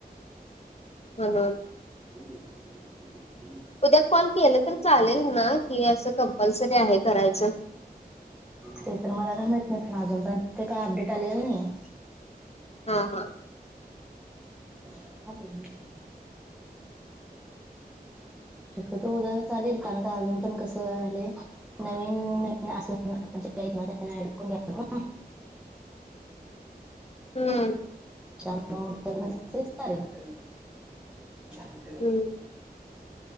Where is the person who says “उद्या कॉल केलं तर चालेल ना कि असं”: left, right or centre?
Left